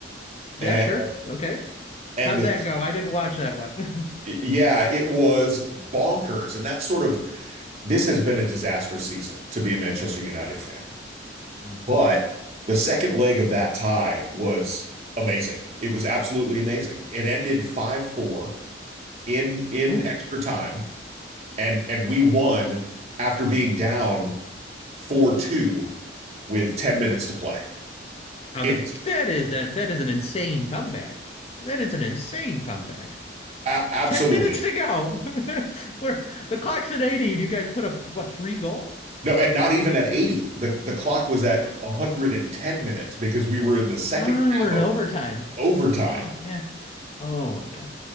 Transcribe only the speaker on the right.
and
and
the
yeah, it was bonkers, and that's sort of this has been a disastrous season to be a Manchester United fan.
But the second leg of that tie was amazing. It was absolutely amazing. It ended 5-4 in in
extra time and and we won after being down 4-2 with 10 minutes to play.
It's
a- absolutely
no, and not even at 80. The the clock was at
110 minutes because we were in the second
half
of
overtime.